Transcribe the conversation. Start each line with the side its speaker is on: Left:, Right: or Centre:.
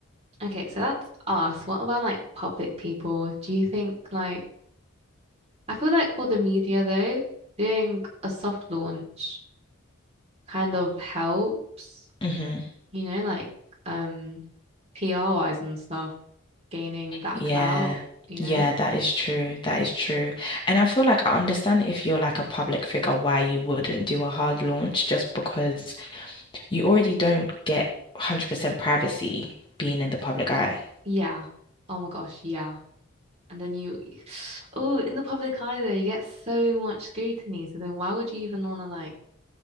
Right: Okay, so that's us. What about like public people? Do you think like I feel like for the media though, doing a soft launch kind of helps,
Left: hmm
Right: you know, like um PR wise and stuff, gaining that
Left: Yeah.
Right: clout, you know?
Left: Yeah, that is true. That is true. And I feel like I understand if you're like a public figure why you wouldn't do a hard launch just because you already don't get 100% privacy being in the public eye.
Right: Yeah. Oh my gosh, yeah. And then you, <sighs> oh, in the public eye though, you get so much scrutiny. So then why would you even want to like